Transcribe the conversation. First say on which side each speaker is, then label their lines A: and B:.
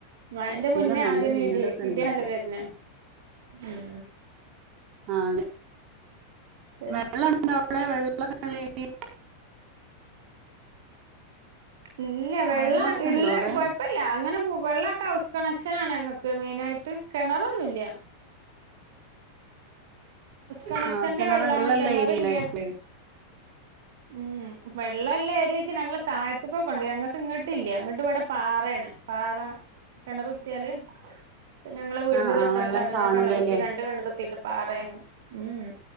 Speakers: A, on the right; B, on the right.
A: മഴെന്റെ
B: ഇന്നലെ
A: മുന്നേ
B: നല്ല
A: ആദ്യന്ന
B: മിന്നലൊക്കെ
A: ഇടി
B: ഉണ്ട്
A: ഇടിയാണല്ലോ
B: ഇപ്പോ
A: വര്ണ ഉം
B: ആ അതെ
A: ഉം
B: വെള്ളണ്ടാ അവിടെ വെള്ളൊക്കെ <unintelligible>
A: ഇല്ല വെള്ളം
B: വെള്ളൊക്കെ
A: ഇള്ള
B: ഉണ്ടോ അവിടെ
A: കൊഴപ്പല്ല അങ്ങനെ വെള്ളൊക്കെ ഹൗസ് കണക്ഷനാണ് ങ്ങക്ക് മെയിനായിട്ട് കെണറൊന്നുംല്ല കണക്ഷന്റെ
B: ആ ആഹ് കെണറുള്ളെല്ല
A: വെള്ളാണ് കിണറില്ല
B: <unintelligible>
A: ഉം വെള്ളല്ല ഏരിയക്ക് ഞങ്ങള് <unintelligible> ഇങ്ങോട്ട ഇല്ല അങ്ങോട്ട് ഇവിടെ പാറയാണ് പാറ കിണറുത്തിയാല് ഞങ്ങളെ വീടിന്റെ
B: ആ
A: <unintelligible>
B: ആ വെള്ളം കാണൂലല്ലേ
A: കിണറുത്തി രണ്ട് കിണറുത്തിട്ട് പറയണം ഉം